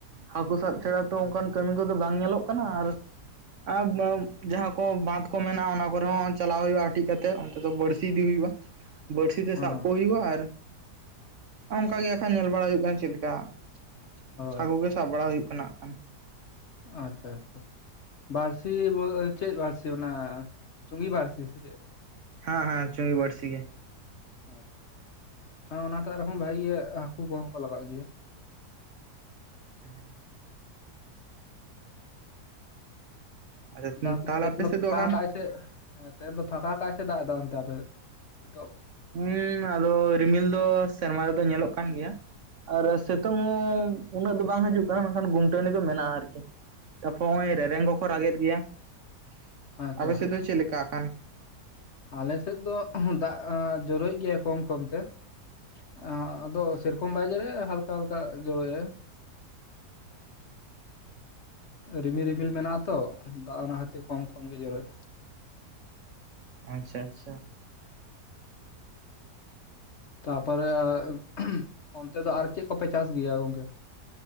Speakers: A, on the right (about 60°); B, on the left (about 55°).
A: ᱦᱟᱹᱠᱩ ᱥᱟᱵ ᱪᱷᱟᱲᱟ ᱛᱚ ᱚᱱᱠᱟᱱ ᱠᱟᱹᱢᱤ ᱠᱚᱫᱚ ᱵᱟᱝ ᱧᱮᱞᱚᱜ ᱠᱟᱱᱟ ᱟᱨ ᱟᱵ ᱵᱟᱹᱢ ᱡᱟᱦᱟᱸ ᱠᱚ ᱵᱟᱸᱫᱽ ᱠᱚ ᱢᱮᱱᱟᱜᱼᱟ ᱚᱱᱟ ᱠᱚᱨᱮ ᱦᱚᱸ ᱪᱟᱞᱟᱣ ᱦᱩᱭᱩᱜᱼᱟ ᱦᱟᱴᱤᱡ ᱠᱟᱛᱮᱜ, ᱚᱱᱛᱮ ᱫᱚ ᱵᱟᱹᱲᱥᱤ ᱤᱫᱤ ᱦᱩᱭᱩᱜᱼᱟ᱾ ᱵᱟᱹᱲᱥᱤ ᱛᱮ
B: ᱦᱚᱸ
A: ᱥᱟᱵ ᱠᱚ ᱦᱩᱭᱩᱜᱼᱟ᱾ ᱟᱨ ᱚᱱᱠᱟ ᱜᱮ ᱟᱠᱷᱟᱱ ᱧᱮᱞ ᱵᱟᱲᱟ ᱦᱩᱭᱩᱜ ᱠᱟᱱᱟ ᱪᱮᱫ ᱞᱮᱠᱟ ᱾
B: ᱚ
A: ᱪᱷᱟᱠᱩ ᱜᱮ ᱥᱟᱵ ᱵᱟᱲᱟ ᱦᱩᱭᱩᱜ ᱠᱟᱱᱟ ᱦᱟᱜ ᱠᱷᱟᱱ᱾
B: ᱟᱪᱪᱷᱟ ᱟᱪᱪᱷᱟ ᱵᱟᱹᱲᱥᱤ ᱵᱳᱜᱼᱮ ᱪᱮᱫ ᱵᱟᱹᱲᱥᱤ ᱚᱱᱟ ᱪᱩᱝᱜᱤ ᱵᱟᱹᱲᱥᱤ ᱥᱮ ᱪᱮᱫ
A: ᱦᱮᱸ ᱦᱮᱸ ᱪᱩᱝᱜᱤ ᱵᱟᱹᱲᱥᱤ ᱜᱮ ᱾
B: ᱟᱪᱪᱷᱟ ᱦᱮᱸ ᱚᱱᱟᱴᱟᱜ ᱨᱮᱦᱚ ᱵᱷᱟᱜᱤ ᱜᱮ ᱦᱟᱹᱠᱩ ᱠᱚᱦᱚᱸ ᱠᱚ ᱞᱟᱜᱟᱜ ᱜᱮᱭᱟ᱾
A: ᱦᱮᱸ ᱟᱪᱪᱷᱟ
B: ᱛᱟᱨᱯᱚᱨ
A: ᱛᱟᱦᱚᱞᱮ
B: ᱛᱮᱦᱮᱧ
A: ᱟᱯᱮ ᱥᱮᱫ ᱫᱚ
B: ᱯᱷᱟᱠᱟ
A: ᱠᱷᱟᱱ
B: ᱠᱟᱜ ᱟᱭ ᱥᱮ ᱮ ᱛᱮᱦᱮᱧ ᱫᱚ ᱯᱷᱟᱠᱟ ᱠᱟᱜ ᱟᱭ ᱥᱮ ᱫᱟᱜ ᱮᱫᱟ ᱚᱱᱛᱮ ᱟᱯᱮ ᱦᱤᱛᱚᱜ
A: ᱦᱩᱻ ᱟᱫᱚ ᱨᱤᱢᱤᱞ ᱫᱚ ᱥᱮᱨᱢᱟ ᱨᱮᱫᱚ ᱧᱮᱞᱚᱜ ᱠᱟᱱ ᱜᱮᱭᱟ ᱾ ᱟᱨ ᱥᱮᱛᱩᱝ ᱦᱚᱸ ᱩᱱᱟᱹᱜ ᱫᱚ ᱵᱟᱝ ᱦᱤᱡᱩᱜ ᱠᱟᱱᱟ ᱢᱮᱱᱠᱷᱟᱱ ᱜᱩᱢᱴᱟᱹᱱᱤ ᱫᱚ ᱢᱮᱱᱟᱜᱼᱟ ᱟᱨᱠᱤ ᱛᱟᱯᱚᱨ ᱦᱚᱜᱼᱚᱭ ᱨᱮᱨᱮᱝ ᱠᱚᱠᱚ ᱨᱟᱜᱮᱫ ᱜᱮᱭᱟ᱾ᱟᱯᱮ
B: ᱦᱮᱸᱛᱚ
A: ᱥᱮᱫ ᱫᱚ ᱪᱮᱫ ᱞᱮᱠᱟ ᱟᱠᱟᱱ
B: ᱟᱞᱮᱥᱮᱫ ᱫᱚ ᱚᱦᱚ ᱫᱟᱜᱼᱟ ᱡᱚᱨᱚᱭᱮᱜ ᱜᱮᱭᱟ ᱠᱚᱢ ᱠᱚᱢ ᱛᱮ ᱟ ᱟᱫᱚ ᱥᱮᱨᱠᱚᱢ ᱵᱟᱭ ᱡᱮᱨᱮᱭᱮᱜᱼᱟ ᱦᱟᱞᱠᱟ ᱦᱟᱞᱠᱟ ᱡᱚᱨᱚᱭᱟᱭ ᱨᱤᱢᱤᱞ ᱨᱤᱢᱤᱞ ᱢᱮᱱᱟᱜᱼᱟ ᱛᱚ ᱫᱟᱜ ᱚᱱᱟ ᱠᱷᱟᱹᱛᱤᱨ ᱠᱚᱢ ᱠᱚᱢ ᱜᱮ ᱡᱚᱨᱚᱭᱮᱜᱼᱟ
A: ᱟᱪᱪᱷᱟ ᱟᱪᱪᱷᱟ᱾
B: ᱛᱟᱯᱟᱨᱮ ᱟᱜ ᱚᱱᱛᱮ ᱫᱚ ᱟᱨ ᱪᱮᱫ ᱠᱚᱯᱮ ᱪᱟᱥ ᱜᱮᱭᱟ ᱜᱚᱝᱠᱮ?